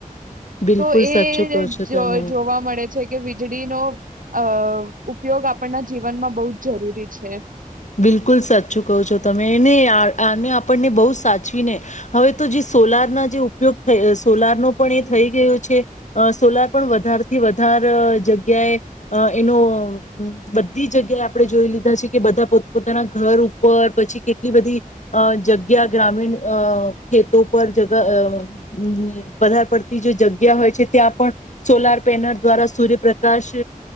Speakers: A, on the left; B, on the right.
A: બિલકુલ
B: તો એ
A: સાચું કહો છો તમે
B: જોવા મળે છે. કે વીજળીનો અ ઉપયોગ આપણના જીવનમાં બહુ જ જરૂરી છે.
A: બિલકુલ સાચું કહો છો તમે એને આને આપણને બહુ સાચવીને, હવે તો જે સોલારના જે ઉપયોગ થ સોલારનો પણ એ થઈ ગયો છે, સોલાર પણ વધારેથી વધારે જગ્યાએ એનો બધી જગ્યાએ, આપણે જોઈ લીધા છે કે બધા પો પોતાના ઘર ઉપર પછી કેટલી બધી, અ જગ્યા ગ્રામીણ અ ખેતો પર જ વધારે પડતી જે જગ્યા હોય છે ત્યાં પણ, સોલાર પેનલ દ્વારા સૂર્યપ્રકાશ